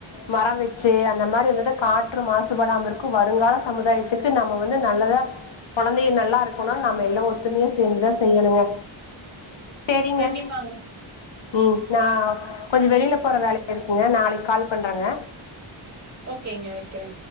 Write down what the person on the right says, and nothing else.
கண்டிப்பாங்க
ஓகேங்க வக்கிறே